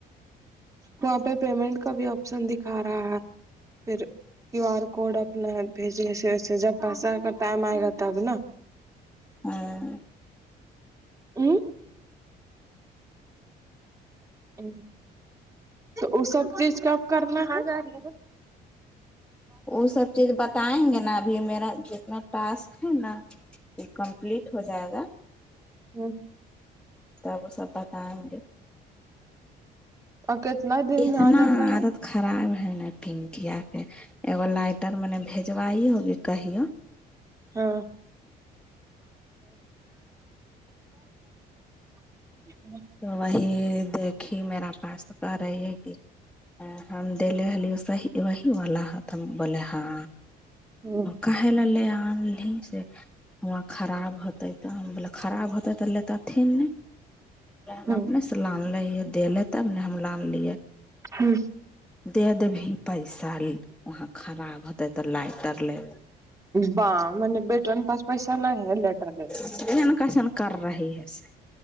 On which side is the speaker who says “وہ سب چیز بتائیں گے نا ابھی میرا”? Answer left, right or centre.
Centre